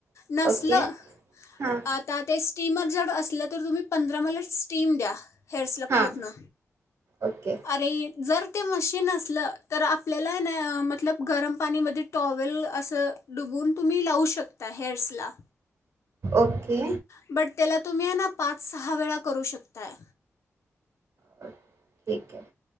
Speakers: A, on the right; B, on the left.
A: आहे
B: नसलं
A: ओके हां
B: आता ते स्टीमर जर असलं तर तुम्ही पंधरा मला स्टीम द्या. हेअर्सला
A: हां
B: पूर्ण
A: ओके
B: अरे जर ते मशीन असलं तर आपल्याला ये ना मतलब गरम पाणीमध्ये टॉवेल असं डुबउन तुम्ही लावू शकताय हेअर्सला.
A: ओके.
B: बट त्याला तुम्ही येना पाच-सहा वेळा करू शकताय.
A: ठीक आहे.